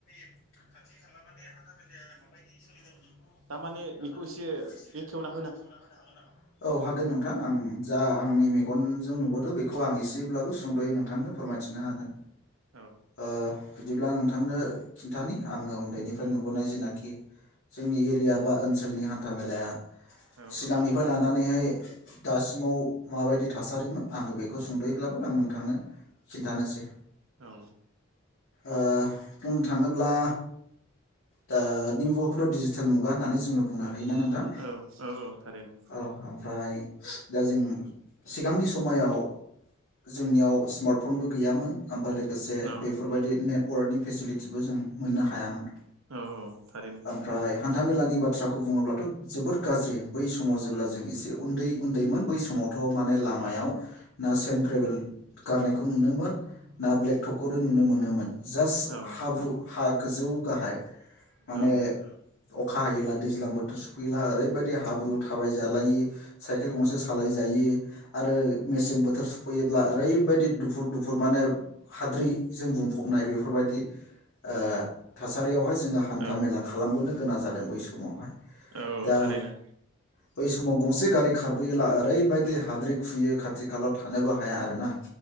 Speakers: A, on the left; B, on the right.
A: खाथि खाला माने हान्था मेलाया माबायदि सोलिदों बेखौानेखौ
B: थारमाने बेखौ एसे
A: एसेखेवना
B: बेखेवना
A: होनो हागोन नामा औ हागोन नोंथां आं जा आंनि
B: औ
A: मेगनजों नुबोदों बेखौ आं एसे एसेब्लाबो सुंदयै नोंथांनो फोरमायथिनो हागोन
B: औ
A: ओ बिदिब्ला नोंथांनो खिन्थानि आङो उन्दैनिफ्राय नुबोनाय जेनाखि जोंनि
B: औ
A: एरिया बा ओनसोलनि हानथ हान्थाामेलाया
B: औ
A: सिगांनिफ्राय लानानैहाय दा सिमाव माबायदि थासारिमोन आङो बेखौ सुंदब्लाबो आं नोंथांनो खिन्थानोसै
B: औ
A: ओ बुंनो थाङोब्ला दा नि मुगाखौथ डिजिटेल मुगा होननानै जोङो बुंनो
B: औ
A: हायोना नोंथां
B: औ औ थारैनो
A: औ ओमफ्राय दा जों सिगांनि समायाव जोंनियाव सिमार्टफनबो गैयामोन ओमफ्राय लोगोसे
B: औ
A: बेफोरबायदि नेट अवार्डनि फेसिलिटिबो जों मोननो हायामोन।
B: औ औ थारैनो
A: ओमफ्राय हान्थामेलानि बाथ्राखौ बुङोब्लाथ जोबोद गाज्रि। बै समाव जेब्ला
B: उम
A: जों एसे उन्दै उन्दैमोन बै समाव थ माने लामायाव ना सेन ग्रेभेल गारनायखौ नुनोमोन ना ब्लेक टकखौनो नुनो मोनोमोन। जास्ट
B: औ
A: हाब्रु हा गोजौ गाहाय माने
B: औ
A: अखा हायोला दैज्लां बोथोर सफैयोला ओरैबायदि हाब्रु थाबाय जालायि साइकेल गंसे सालायो यि आरो मेसें बोथोर सफैयोब्ला ओरैबायदि दुफु दुफु गुफुर माने हाद्रिजों बुंफबनाय बेफोरबायदि ओ थासारियावहाय जों जोङो हान्था
B: औ
A: मेला खालामबोनो गोनां जादोंमोन बै समावहाय
B: औ
A: दा
B: थारैनो
A: बै समाव गंसे गारि खारबोयोला ओरै बायदि हाद्रि खुयो खाथि खालायाव थानोबो हाया आर ना